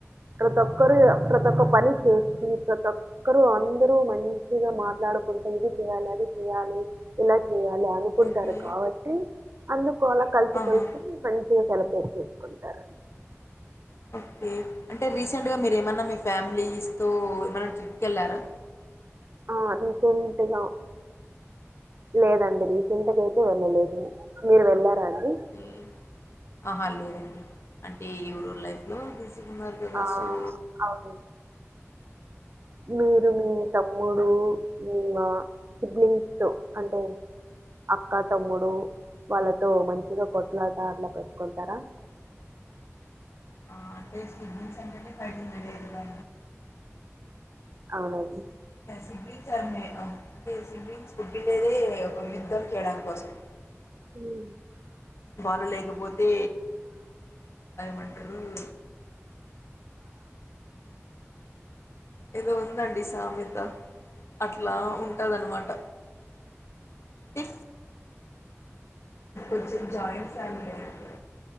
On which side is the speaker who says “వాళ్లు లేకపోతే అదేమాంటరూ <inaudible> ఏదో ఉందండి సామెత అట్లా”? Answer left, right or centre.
Left